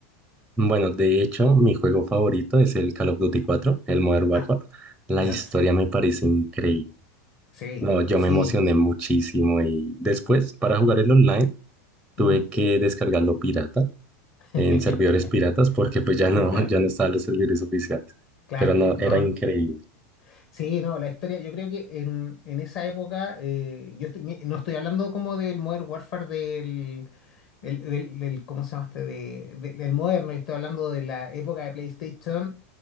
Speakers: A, in the centre; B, on the left.
A: Bueno, de hecho, mi juego favorito es el Call of Duty 4, el Modern Warfare.
B: Ah,
A: La
B: ya,
A: historia
B: perfecto.
A: me parece increíble.
B: Sí,
A: No, yo
B: sí.
A: me emocioné muchísimo y después para jugar el online tuve
B: ujú.
A: que descargarlo pirata
B: <laughs>
A: en servidores piratas porque pues ya no,
B: Claro,
A: <laughs> ya no estaban los servidores oficiales,
B: claro,
A: pero no,
B: ¿no?
A: era increíble.
B: Sí, no, la historia, yo creo que en, en esa época, eh, yo estoy- mi- no estoy hablando como del Modern Warfare del, del, del- del- ¿cómo se llama este? De- de- del moderno, yo estoy hablando de la época de PlayStation